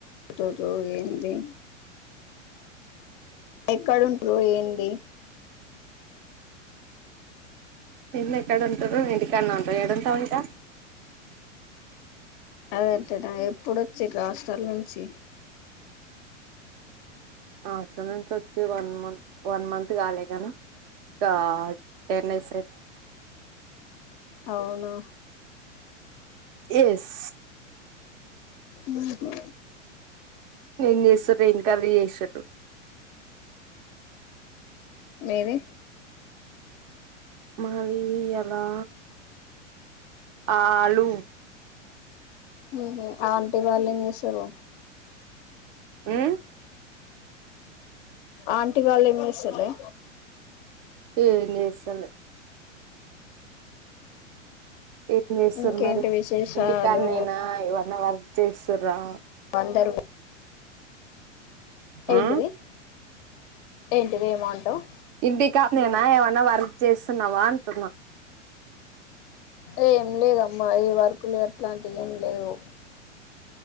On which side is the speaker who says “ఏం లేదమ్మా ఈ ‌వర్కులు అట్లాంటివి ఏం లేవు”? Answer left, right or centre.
Left